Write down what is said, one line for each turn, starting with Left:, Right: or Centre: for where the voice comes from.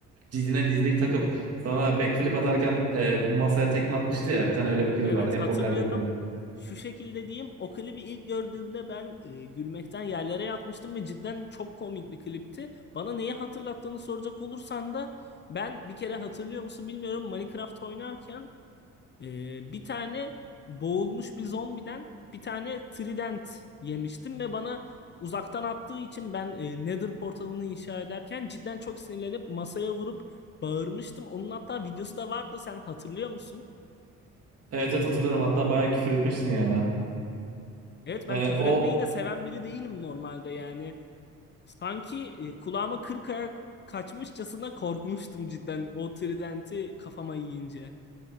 Right: dizine dizlik takıp sana backflip atarken e, masaya tekme atmıştı ya. Bir tane öyle bir klip
Left: Evet
Right: var. En
Left: hatırlıyorum.
Right: popüler kliplerden.
Left: Şu şekilde diyeyim. O klibi ilk gördüğümde ben e, gülmekten yerlere yatmıştım ve cidden çok komik bir klipti. Bana neyi hatırlattığını soracak olursan da ben bir kere hatırlıyor musun bilmiyorum Minecraft oynarken Ee, bir tane boğulmuş bir zombiden bir tane trident yemiştim ve bana uzaktan attığı için ben e, Nether portalını inşa ederken cidden çok sinirlenip masaya vurup bağırmıştım. Onun hatta videosu da vardı sen hatırlıyor musun?
Right: Evet evet hatırlıyorum. Hatta bayağı küfür etmiştin yani.
Left: Evet ben
Right: Yani
Left: küfür
Right: o
Left: etmeyi de seven biri değilim normalde yani. Sanki e, kulağıma kırk ayak kaçmışçasına korkmuştum cidden o tridenti kafama yiyince.